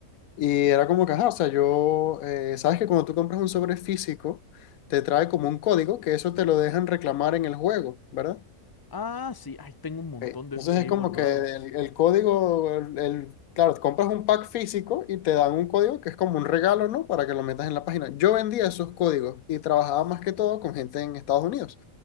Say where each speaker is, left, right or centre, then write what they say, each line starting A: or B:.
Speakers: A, on the left; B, on the left.
A: Y era como que, ajá, o sea, yo, eh, sabes que cuando tú compras un sobre físico, te trae como un código que eso te lo dejan reclamar en el juego, ¿verdad?
B: Ah, sí, ay, tengo un montón
A: Ok,
B: de
A: Entonces
B: esos
A: es
B: ahí
A: como
B: guardados.
A: que el, el código, el, el- claro, compras un pack físico y te dan un código que es como un regalo, ¿no? Para que lo metas en la página. Yo vendía esos códigos y trabajaba más que todo con gente en Estados Unidos,